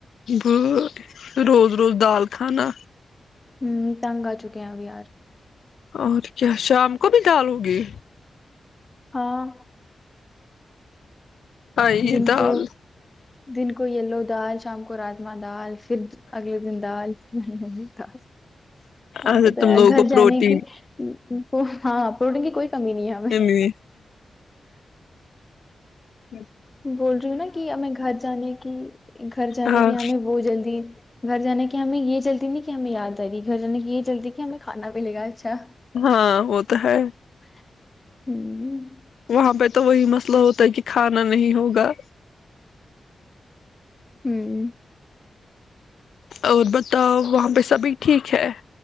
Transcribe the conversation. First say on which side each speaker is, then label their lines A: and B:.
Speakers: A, on the left; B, on the left.
A: ب روز روز دال کھانا
B: ہوں تنگ آ چکے ہیںب یار
A: اور کیا شام کو بھی کالوگی
B: ہاں
A: ہاں یہ
B: دن
A: دال
B: کو دن کو لو دال شام کو راجما دال پھر اگلے دن د آف ہوتا
A: ارے
B: پتا
A: تم لوگوں
B: گھر
A: کو
B: جانے
A: پروٹین
B: کی پ ہاں آ پور ڈ گی کوئی کمی نہیں ہے ہمیں
A: ام ہ <unintelligible>
B: بول رہی ہوں نا کہ ہمیں گھر جانے کی گھر جانے
A: ہاں
B: کی ہمیں وہ جلدی گھر جانے کی ہمیں یہ جلدی نہیں کہ ہمیں یاد آ رہی گ جے کی یہ جلدی کہ ہمیں کھانا بھی لے گا اچھا
A: ہاں وہ تو ہے
B: ہوں <unintelligible>
A: وہاں پہ تو وہی مسئلہ ہوتا ہے کہ کھانا نہیں ہوگا
B: ہوں <unintelligible>
A: اور بتاؤ وہاں پہ سبھی ٹھیک ہے